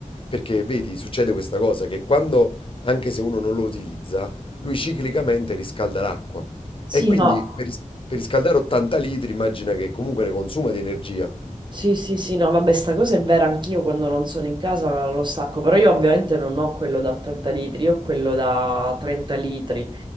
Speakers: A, on the left; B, on the right.
A: Perché vedi, succede questa cosa che quando, anche se uno non lo utilizza, lui ciclicamente riscalda l'acqua.
B: sì,
A: E quindi
B: no,
A: per, ris- per riscaldare 80 litri immagina che comunque ne consuma di energia.
B: sì, sì, sì, no, vabbè, sta cosa è vera, anch'io quando non sono in casa lo stacco, però io ovviamente non ho quello da 80 litri, io ho quello da 30 litri